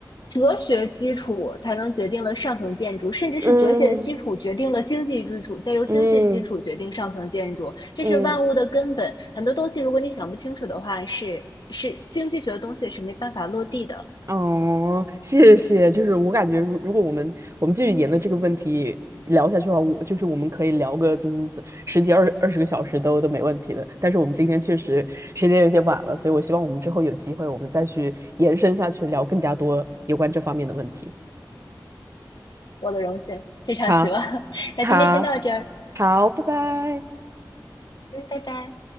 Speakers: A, on the left (about 65°); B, on the right (about 40°).
A: 哲学基础才能决定了上层建筑，甚至是哲学基础决定了经济基础，
B: 嗯
A: 再由经济基础决定上层建筑，
B: 嗯
A: 这是万物的根本。
B: 嗯，
A: 很多东西，如果你想不清楚的话，是是经济学的东西是没办法落地的。
B: 哦，谢谢。就是我感觉如，如果我们我们继续沿着这个问题聊下去的话，我就是我们可以聊个怎怎怎十几二二十个小时都都没问题的。但是我们今天确实时间有些晚了，所以我希望我们之后有机会，我们再去延伸下去聊更加多有关这方面的问题。
A: 我的荣幸，非常希望。
B: 好，
A: <laughs> 那今天先到这儿，
B: 好，好，拜拜。
A: 嗯，拜拜。